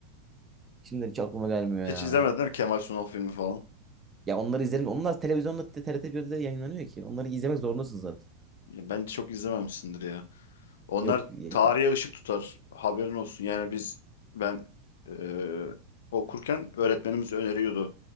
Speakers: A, on the right; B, on the left.
A: Türk filmler hiç aklıma gelmiyor
B: Hiç
A: ya.
B: izlemedin değil mi? Kemal Sunal filmi falan.
A: Ya onları izlerim. Onlar televizyonda TRT1'de yayınlanıyor ki. Onları izlemek zorundasın zaten.
B: Ya bence çok izlememişsindir ya. Onlar
A: Yok. ya-
B: tarihe ışık tutar. Haberin olsun. Yani biz ben eee, okurken öğretmenimiz öneriyordu.